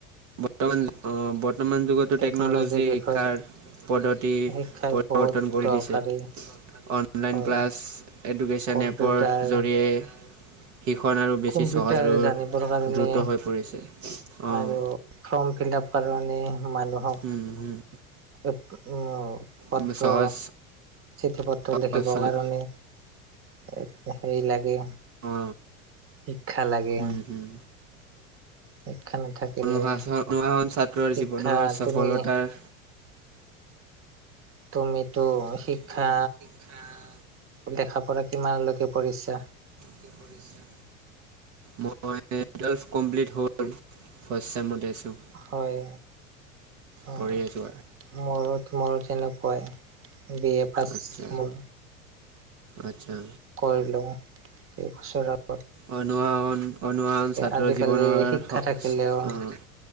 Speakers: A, on the right (about 65°); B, on the right (about 30°).
A: বৰ্তমান অ', বৰ্তমান যুগত তো
B: টেকন'লজিৰ
A: টেকনলজিয়ে
B: বিষয়ত
A: শিক্ষাৰ পদ্ধতিৰ
B: শিক্ষাৰ
A: পৰিৱৰ্তন
B: বহুত
A: কৰি
B: দৰকাৰী
A: দিছে। অনলাইন
B: হয়
A: ক্লাছ, এডুকেচন
B: কম্পিউটাৰ
A: এপৰ জৰিয়ে সিখন আৰু বেছি
B: কম্পিউটাৰ
A: সহজ আৰু
B: জানিবৰ কাৰণে
A: দ্ৰুত হৈ পৰিছে। অ'
B: আৰু ফৰ্ম ফিল আপ কাৰণে মানুহক
A: উম,
B: এ উম পত্ৰ
A: উম সহজ
B: চিঠি পত্ৰ
A: অ'
B: লিখিবৰ কাৰণে এ সেৰি লাগে
A: অ',
B: শিক্ষা লাগে
A: হুম হুম।
B: শিক্ষা নাথাকিলে
A: অনুশাসন অনুশাসন ছাত্ৰৰ
B: শিক্ষা
A: জীৱনৰ সফলতাৰ
B: তুমি তুমিতো
A: তুমিতো
B: শিক্ষা
A: শিক্ষাতে
B: দেখা পৰা কিমানলৈকে পঢ়িছা?
A: কি পঢ়িছা? মই টুৱেলভ কমপ্লিট হ'ল, ফাৰ্ষ্ট চেমতে আছো।
B: হয় অ',
A: পঢ়ি আছোঁ আৰু।
B: মোৰো তোমাৰ ওচৰলে তেনেকুৱাই। বি এ পাছ
A: আচ্ছা,
B: মোৰ
A: আচ্ছা।
B: কৰিলো কেই বছৰত
A: অনুশাসন অনুশাসন ছাত্ৰ
B: আজিকালি
A: জীৱনৰ
B: শিক্ষা
A: স <unintelligible>
B: থাকিলেও
A: অ'।